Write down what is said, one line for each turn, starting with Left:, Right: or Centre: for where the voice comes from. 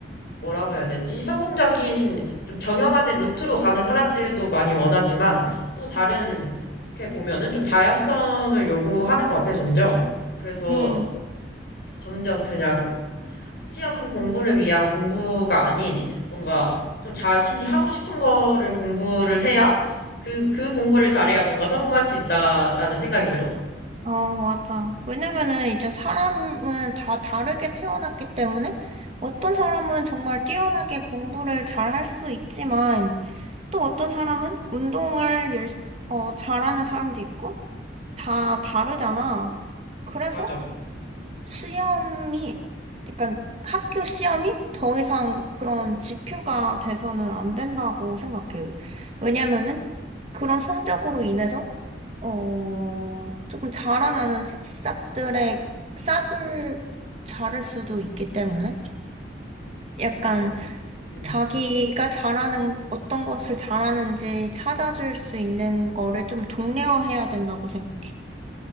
Left: 뭐라고 해야 되지? 성공적인 좀 정형화된 루트로 가는 사람들도 많이 원하지만 또 다른 이렇게 보면은 좀 다양성을 요구하는 것 같아 점점. 그래서
Right: 응.
Left: 점점 그냥 시험 공부를 위한 공부가 아닌 뭔가 좀 자신이 하고 싶은 거를 공부를 해야 그, 그 공부를 잘해야 뭔가 성공할 수 있다라는 생각이 들어.
Right: 어, 맞아. 왜냐면은 이제 사람은 다 다르게 태어났기 때문에 어떤 사람은 정말 뛰어나게 공부를 잘할 수 있지만 또 어떤 사람은 운동을 열, 어, 잘하는 사람도 있고 다 다르잖아. 그래서
Left: 맞아.
Right: 시험이, 약간 학교 시험이 더 이상 그런 지표가 돼서는 안 된다고 생각해요. 왜냐면은 그런 성적으로 인해서, 어, 조금 자라나는 새싹들의 싹을 자를 수도 있기 때문에 약간
Left: 그러니까. 음.
Right: 자기가 잘하는, 어떤 것을 잘하는지 찾아줄 수 있는 거를 좀 독려해야 된다고 생각해.